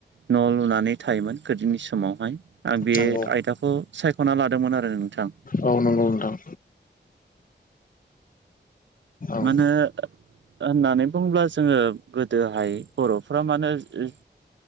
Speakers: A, on the right; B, on the left.
A: न' लुनानै थायोमोन गोदोनि समावहाय आं बे
B: नंगौ
A: आयदाखौ सायख'ना लादोंमोन आरो नोंथां।
B: ओ नंगौ नोंथां। औ
A: मानो होननानै बुङोब्ला जोङो गोदोहाय बर'फ्रा मानो ओ